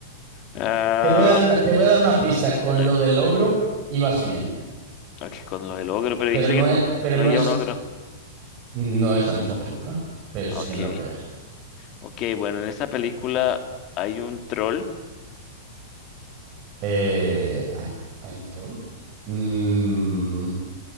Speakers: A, on the left; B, on the right.
A: Ah,
B: Te voy a dar una, te voy a dar una pista. Con
A: no,
B: lo del ogro ibas bien,
A: ok, con lo del ogro, pero
B: pero
A: dijiste
B: no
A: que
B: es, pero
A: no
B: no
A: había
B: es,
A: un ogro.
B: no es la misma película, pero
A: Ah,
B: sí
A: Ok,
B: tiene algo que ver.
A: ok, bueno, en esta película hay un troll
B: Eh, ¿hay, hay un troll? Mm,